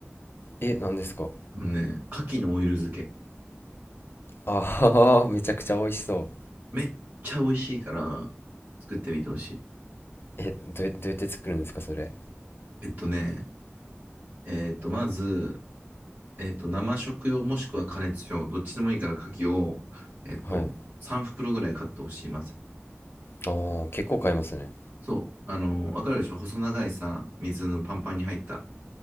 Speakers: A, on the left (about 55°); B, on the right (about 45°).
A: え、なんですか
B: あのね、牡蠣のオイル漬け。
A: ああー、めちゃくちゃ美味しそ
B: めっちゃ美味しいから、作ってみてほしい。
A: う。え、どうや、どうやって作るんですか、それ。
B: えっとね、えっと、まず、えっと、生食用もしくは加熱用、どっちでもいいから牡蠣を、えっと、
A: はい。
B: 3袋ぐらい買ってほしい、まず。
A: ああ、結構買いますね。
B: そう、あの、わかるでしょ細長いさ、水のパンパンに入った